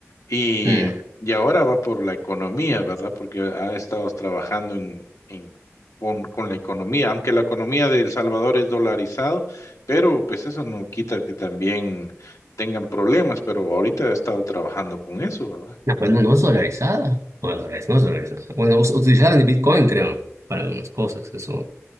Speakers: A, on the left; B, on the right.
A: Y,
B: Mm.
A: y ahora va por la economía, ¿verdad? Porque ha estado trabajando en, en- con, con la economía, aunque la economía de El Salvador es dolarizado, pero pues eso no quita que también tengan problemas, pero ahorita ha estado trabajando con eso, ¿verdad?
B: No, pues no, no es dolarizada. Bueno, dolarizada, no es dolarizada. Bueno, us- utilizaron el Bitcoin, creo, para algunas cosas, eso.